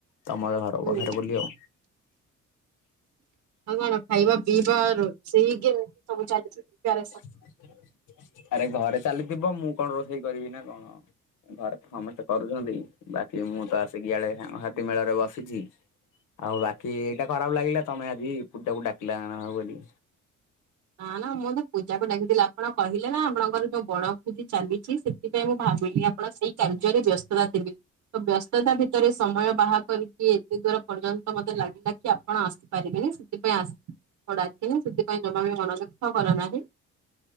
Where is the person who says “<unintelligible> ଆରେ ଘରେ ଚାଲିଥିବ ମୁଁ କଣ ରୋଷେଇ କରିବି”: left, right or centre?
Left